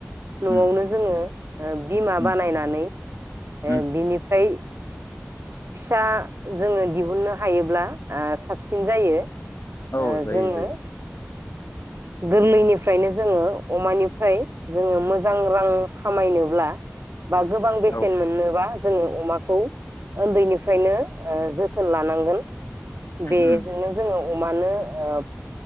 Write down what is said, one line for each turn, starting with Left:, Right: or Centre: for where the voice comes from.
Right: न'आवनो
Left: उम
Right: जोङो ओ बिमा
Left: उम
Right: बानायनानै ओ
Left: उम
Right: बिनिफ्राय फिसा जोङो दिहुननो हायोब्ला ओ साबसिन जायो।
Left: औ
Right: ओ
Left: जायो
Right: जोङो
Left: जायो
Right: गोरलैनिफ्रायनो जोङो अमानिफ्राय जोङो मोजां रां खामायनोब्ला बा गोबां बेसेन
Left: औ
Right: मोननोबा जोङो अमाखौ ओन्दैनिफ्रायनो ओ जोथोन लानांगोन। बेजोंनो
Left: उम
Right: जोङो अमानो ओ